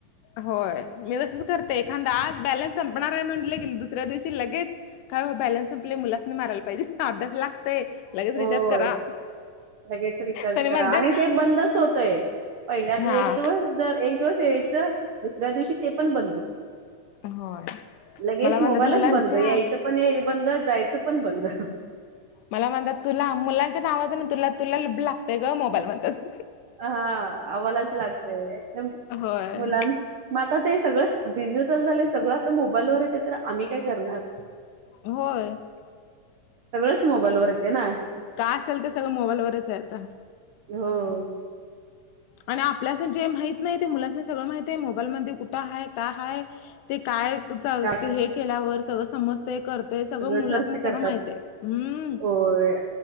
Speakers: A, on the left (about 80°); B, on the right (about 75°).
A: होय मी तसंच करते एखादा आज बॅलन्स संपणार हाय म्हटलं की दुसऱ्या दिवशी लगेच काय ओ बॅलन्स संपलय मुलासनी मारयला पाहिजे अभ्यास लागतय. लगेच रिचार्ज
B: होय
A: करा
B: लगेच रिचार्ज
A: तरी म्हणतात
B: करा आणि ते बंदच होत चय पहिल्या
A: हा
B: एक दिवस जर एक दिवस यायचं दुसऱ्या दिवशी ते पण बंद.
A: होय
B: लगेच
A: मला म्हणतात
B: मोबाईलच
A: मुलांच्या
B: बंद यायचं पण बंद जायचं पण बंद.
A: मला म्हणतात तुला मुलांच्या नावाचं न तुला तुला लागतय ग मोबाईल म्हणतात.
B: हा आम्हालाच लागतय मुलांन
A: होय
B: मग आता ते सगळं डिजिटल झालय सगळं आता मोबाईलवर ए तर आम्ही काय करणार.
A: होय
B: सगळंच मोबाईल वर येतं ना.
A: काय असल ते सगळं मोबाईलवरच हाय आता.
B: हो.
A: आणि आपल्यासनी जे माहित नाय ते मुलासना सगळं माहित आय मोबाईलमध्ये कुठं हाय का हाय. ते काय
B: काय
A: हे केल्यावर सगळं समजत कर ते सगळं मुलांनी
B: सर्च
A: सगळं
B: करतात
A: माहितय हम्म.
B: होय